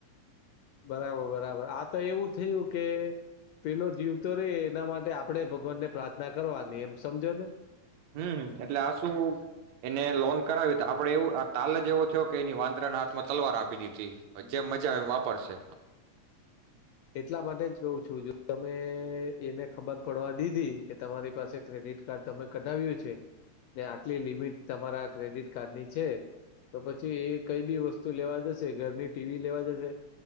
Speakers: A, on the left (about 80°); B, on the right (about 75°).
A: બરાબર બરાબર આ તો એવું થયું કે પેલો જીવતો રે એના માટે આપણેે ભગવાનને પ્રાર્થના કરવાની એમ સમજો ને.
B: હમ્મ. એટલે આ શું એને લોન કરાવી તો આપણેે એવું આ તાલ જ એવો થયો કે એની વાંદરાના હાથમાં તલવાર આપી દીધી. હવે જેમ મજા આવે એમ વાપરશે.
A: એટલા માટે જ કઉ છું જો તમે એને ખબર પડવા દીધી કે તમારી પાસે ક્રેડિટ કાર્ડ તમે કઢાવ્યું છે ને આટલી લિમિટ તમારા ક્રેડિટ કાર્ડની છે. તો પછી એ કંઈ બી વસ્તુ લેવા જશે ઘરની ટીવી લેવા જશે